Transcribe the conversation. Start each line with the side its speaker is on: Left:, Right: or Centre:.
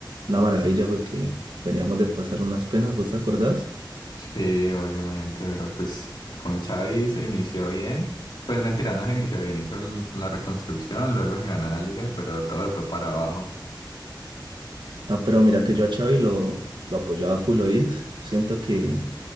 Right: una maravilla porque veníamos de pasar unas penas, ¿vos te acordás?
Left: Sí, obviamente, pero pues con Xavi se inició bien. Pues mentira, no se inició bien, hizo el- la reconstrucción, luego se ganó la liga, pero todo se fue para abajo.
Right: Ah, pero mira que yo a Xavi lo, lo apoyaba full oís. Yo siento que,